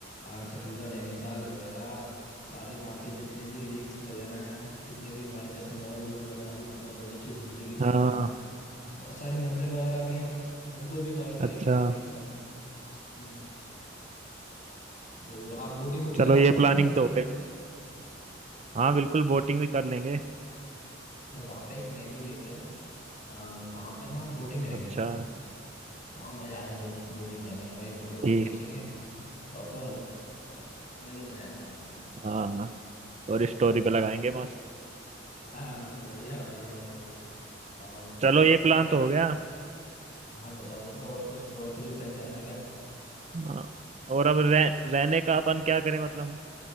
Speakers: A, on the left (about 45°); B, on the right (about 35°).
A: आराम से पूरा नैनीताल वगैरह सारे वहाँ के जितने भी लेक्स वगैरह हैं जितने भी हमारे जैसे मॉल रोड वगैरह भी वहाँ पे बहुत अच्छी घूमने की जगह
B: हाँ
A: है बहुत सारे मंदिर वगैरह भी हैं उनको भी कवर करेंगे
B: अच्छा
A: सब एक संग हम्म। तो आप बोटिंग वोटिंग
B: चलो
A: करना
B: ये
A: पसंद
B: प्लानिंग
A: है
B: तो हो गई हाँ बिल्कुल बोटिंग भी कर लेंगे
A: तो वहाँ पे एक नैनी लेक है आ, वहाँ पे ना बोटिंग करेंगे
B: अच्छा
A: अपन वहाँ मज़ा आएगा बोट बोटिंग करने का भाई फोटो वोटो
B: ठीक
A: खींचेंगे
B: है
A: प्रॉपर और अलग ही मज़ा आएगा वहाँ जाने का
B: हाँ और
A: और
B: स्टोरी पे लगाएंगे मस्त
A: आ, बढ़िया बढ़िया बढ़िया अम,
B: चलो ये
A: आ,
B: प्लान
A: जैसे
B: तो हो गया
A: हाँ बताओ बताओ और कुछ और कुछ प्लान करना है क्या
B: हाँ, और अब रह, रहने का अपन क्या करें मतलब